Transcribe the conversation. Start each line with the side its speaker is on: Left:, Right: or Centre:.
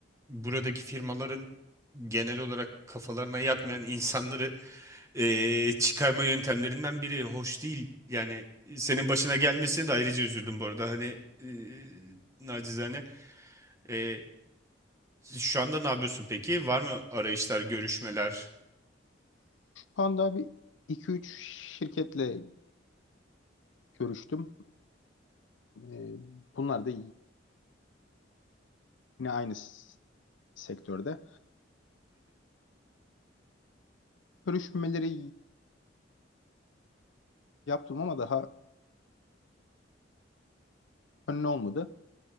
Right: buradaki firmaların genel olarak kafalarına yatmayan insanları e, çıkarma yöntemlerinden biri hoş değil. Yani senin başına gelmesine de ayrıca üzüldüm bu arada. Hani e, nacizane. E, şu anda ne yapıyorsun peki? Var mı arayışlar, görüşmeler?
Left: Şu anda bir iki üç şirketle görüştüm. E, bunlar da yine aynı sektörde. Görüşmeleri yaptım ama daha önüne olmadı.